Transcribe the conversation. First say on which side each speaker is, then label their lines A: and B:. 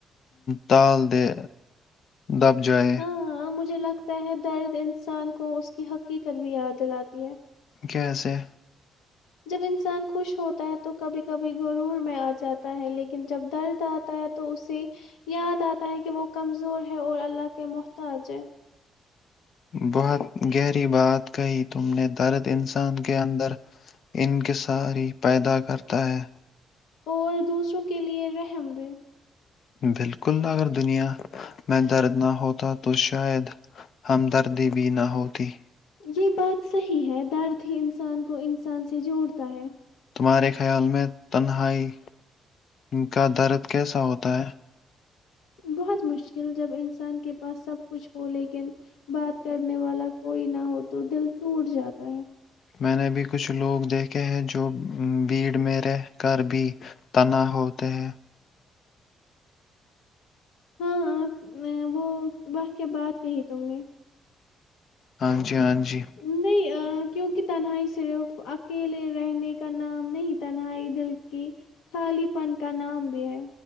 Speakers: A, on the left; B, on the left.
A: تال دے دب جائے
B: ہاں مجھے لگتا ہے درد انسان کو اس کی حقیقت بھی یاد دلاتی ہے
A: کیسے
B: جب انسان خوش ہوتا ہے تو کبھی کبھی گرور میں آ جاتا ہے لیکن جب درد آتا ہے تو تو اسے یاد آتا ہے کہ وہ کمزور ہے اور اللہ کے محتاج ہے
A: بہت گہری بات کہی تم نے درد انسان کے اندر انکصاری پیدا کرتا ہے
B: اور دوسروں کے لیے رحم بھی
A: بالکل اگر دنیا میں درد نہ ہوتا تو شاید ہمدردی بھی نہ ہوتی
B: یہ بات صحیح ہے درد ہی انسان کو انسان سے جوڑتا ہے
A: تمہارے خیال میں تنہائی کا درد کیسا ہوتا ہے
B: بہت مشکل جب انسان کے پاس سب کچھ ہو لیکن بات کرنے والا کوئی نہ ہو تو دل ٹوٹ جاتا ہے
A: میں نے بھی کچھ لوگ دیکھے ہیں جو بھیڑ میں رہ کر بھی تنہا ہوتے ہیں
B: ہاں وہ واہ کیا بات کہی تم نے
A: ہاں جی ہاں جی
B: نہیں کیونکہ تنہائی صرف اکیلے رہنے کا نام نہیں تنہائی دل کی خالی پن کا نام بھی ہے